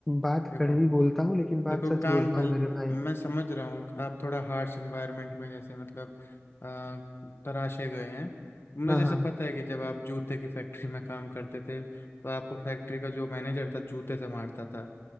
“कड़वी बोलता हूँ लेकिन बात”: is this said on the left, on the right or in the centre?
Centre